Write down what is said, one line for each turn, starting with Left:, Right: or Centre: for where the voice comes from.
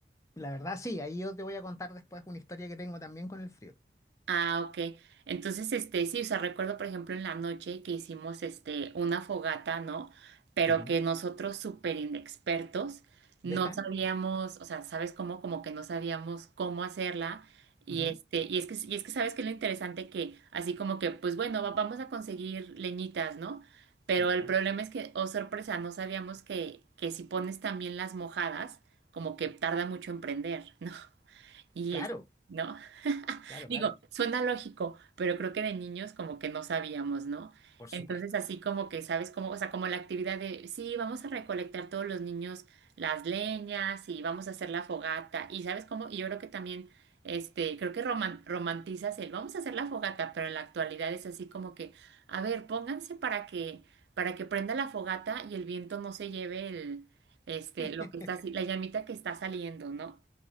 Left: La verdad, sí, ahí yo te voy a contar después una historia que tengo también con el frío.
Right: Ah, ok. Entonces, este, sí, o sea, recuerdo, por ejemplo, en la noche que hicimos, este, una fogata, ¿no? Pero
Left: Ujú,
Right: que nosotros, súper inexpertos, no
Left: <laughs> ¿Ya?
Right: sabíamos, o sea, ¿sabes cómo? Como que no sabíamos cómo hacerla. Y
Left: ujú.
Right: este, y es que, y es que sabes que lo interesante que, así como que, pues bueno, va- vamos a conseguir leñitas, ¿no? Pero
Left: Ya.
Right: el problema es que, oh sorpresa, no sabíamos que, que si pones también las mojadas, como que tarda mucho en prender, ¿no? <laughs> Y
Left: Claro.
Right: es, ¿no?
Left: Claro,
Right: Digo,
Left: claro,
Right: suena lógico, pero creo que de niños como que no sabíamos, ¿no?
Left: por supuesto.
Right: Entonces así como que, ¿sabes cómo? O sea, como la actividad de, sí, vamos a recolectar todos los niños las leñas y vamos a hacer la fogata. Y ¿sabes cómo? Y yo creo que también, este, creo que roman- romantizas el, vamos a hacer la fogata, pero en la actualidad es así como que, a ver, pónganse para que, para que prenda la fogata y el viento no se lleve el, este,
Left: <laughs>
Right: lo que está, así- la llamita que está saliendo, ¿no?